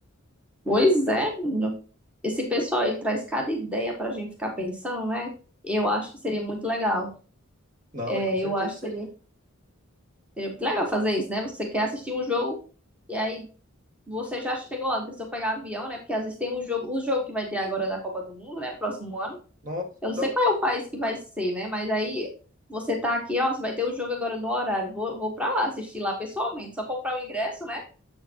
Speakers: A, in the centre; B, on the right.
A: Pois é, menino. Esse pessoal, ele traz cada ideia pra gente ficar pensando, né? Eu acho que seria muito legal.
B: Não,
A: É,
B: é com certeza
A: eu acho que
B: seria.
A: seria, seria muito legal fazer isso, né? Você quer assistir um jogo. E aí Você já chegou lá, não precisou pegar avião, né? Porque às vezes tem o jogo, o jogo que vai ter agora da Copa do Mundo, né? Próximo ano.
B: Nossa,
A: Eu não
B: então,
A: sei qual é o país que vai ser, né? Mas aí você tá aqui, ó, você vai ter o jogo agora no horário. Vou, vou pra lá assistir lá pessoalmente. Só comprar o ingresso, né?